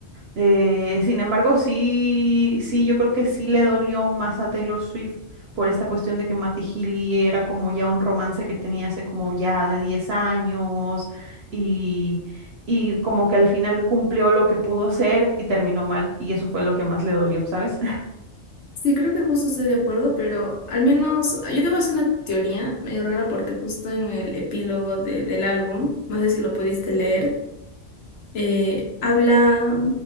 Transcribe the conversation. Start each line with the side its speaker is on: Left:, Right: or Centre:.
Right: Eh, sin embargo, sí, sí, yo creo que sí le dolió más a Taylor Swift por esta cuestión de que Matty Healy era como ya un romance que tenía hace como ya de 10 años y, y como que al final cumplió lo que pudo ser y terminó mal y eso fue lo que más le dolió, ¿sabes?
Left: Sí, creo que justo estoy de acuerdo, pero al menos yo te voy a hacer una teoría medio rara porque justo en el epílogo de- del álbum, no sé si lo pudiste leer, eh, habla